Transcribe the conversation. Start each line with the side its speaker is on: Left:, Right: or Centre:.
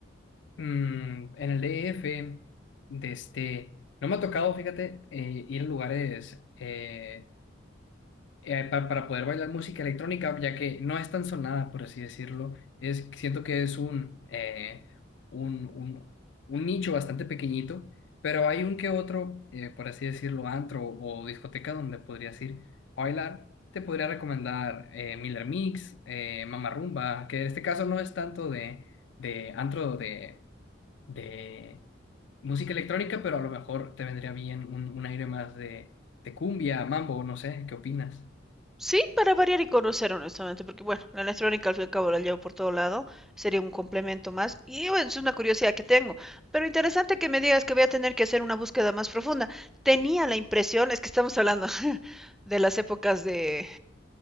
Left: Mm, en el D DF, desde... No me ha tocado, fíjate, eh, ir a lugares eh, eh, pa- para poder bailar música electrónica, ya que no es tan sonada, por así decirlo. Es, siento que es un, eh, un, un, un nicho bastante pequeñito, pero hay un que otro, eh, por así decirlo, antro o discoteca donde podrías ir a bailar. Te podría recomendar eh, Miller Mix, eh, Mama Rumba, que en este caso no es tanto de de antro de de música electrónica, pero a lo mejor te vendría bien un, un aire más de, de cumbia, mambo, no sé, ¿qué opinas?
Centre: Sí, para variar y conocer honestamente, porque bueno, la electrónica al fin y al cabo la llevo por todo lado, sería un complemento más, y bueno, es una curiosidad que tengo, pero interesante que me digas que voy a tener que hacer una búsqueda más profunda. Tenía la impresión, es que estamos hablando <laughs> de las épocas de